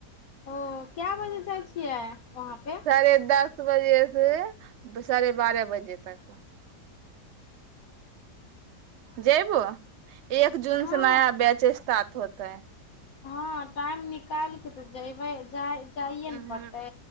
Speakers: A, on the left; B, on the right.
A: ओ काए बजे जाइ छियै वहाँपे
B: साढ़े दस बजे से साढ़े बारह बजे तक जैबऽ एक जून
A: हँ
B: से नाया बैच स्टार्ट होतै
A: हँ टाइम निकाल कऽ तऽ जयबै जाइ जाइए
B: हँ
A: ने पड़तै